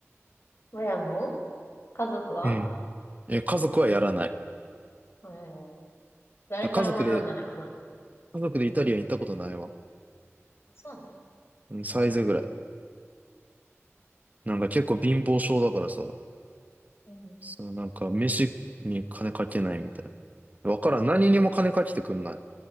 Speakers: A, on the left (about 55°); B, on the right (about 35°).
A: 親も家族は
B: うん。え、家族はやらない。
A: えー、誰から学んだんやろな。
B: だ家族で、家族でイタリアン行ったことないわ。
A: あそうなん。
B: うん、サイズぐらい。なんか結構貧乏症だからさ、
A: うん。
B: そのなんか飯に金かけないみたいな。わからん。何にも金かけてくんな